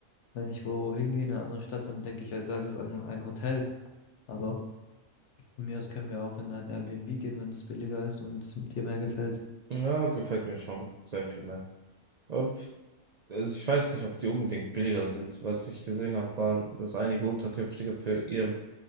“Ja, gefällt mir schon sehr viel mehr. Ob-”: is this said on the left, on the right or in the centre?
Right